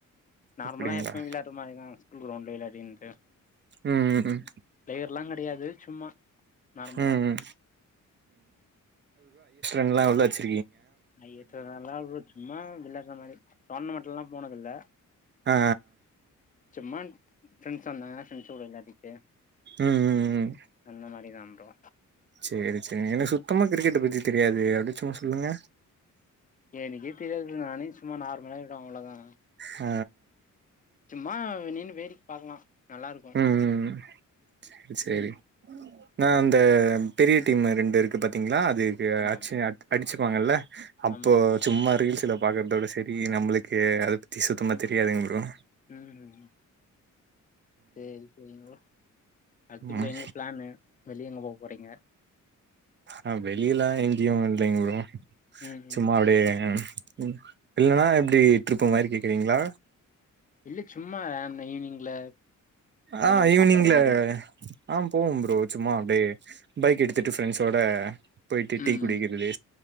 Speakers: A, on the left; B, on the right.
A: நார்முலா
B: அப்டிங்களா
A: எப்பயு விளையாடுற மாரிதா ஸ்கூல் கிரௌண்ட்ல விளையாடி அப்டின்டு
B: ம் ம்
A: ப்லேயர்லா கிடையாது சும்மா நார்முலா
B: ம் ல்லா உள்ளாச்சு
A: <unintelligible> சும்மா விளகா மாரி டோர்னமெண்ட் எல்லா போனது இல்ல
B: ஆ
A: சும்மான் ப்ரெண்ட்ஸ் வந்தாங்க ப்ரெண்ட்ஸ்சோட விளையாடிட்டு
B: ம் ம் ம்
A: அந்த மாரி தா புரோ
B: சேரி சேரிங் எனக்கு சுத்தமா கிரிக்கெட்ட பத்தி தெரியாது அப்டியே சும்மா சொல்லுங்க
A: எனிக்கே தெரியாதுங்க நானே சும்மா நார்முலா இத அவ்ளோதா
B: ஆ
A: சும்மா நின்னு வேடிக் பாக்குலா நல்லா இருக்கும்
B: ம் ம் சேரி நா இந்த பெரிய டீம் ரெண்டு இருக்கு பாத்தீங்களா அதுக்கு
A: ஆமாம்
B: அச்ச அத் அடிச்சு வாங்கல்ல அப்போ
A: ஆமா ஆமா
B: சும்மா ரீல்ஸ்ல பாக்றதோட சேரி நம்புளுக்கு அத பத்தி சுத்தமா தெரி தெரியாதுங் புரோ
A: ம் சேரி சேரிங் புரோ அடுத்து புரோ
B: ம்
A: எங்க பிளான்னு வெளியே எங்க போக போறீங்க <unintelligible>
B: ஆ வெளியலா எங்கியு இல்லைங் புரோ
A: ம் ம்
B: சும்மா அப்டியே எம் ம் இல்லன்னா எப்டி டிருப்பு மாரி கேக்குறீங்களா
A: இல்ல சும்மா ஈவினிங்ல
B: ஆஹ
A: வெளிய போய்
B: ஈவ்னிங்ல
A: சாப்பட்ற மாரி
B: ஆஹ போவோம் ப்ரோ சும்மா அப்டியே பைக் எடுத் திட்டு ஃப்ரெண்ட்ஸோட போயிட்டு டிக்குடிக்குறது
A: ம்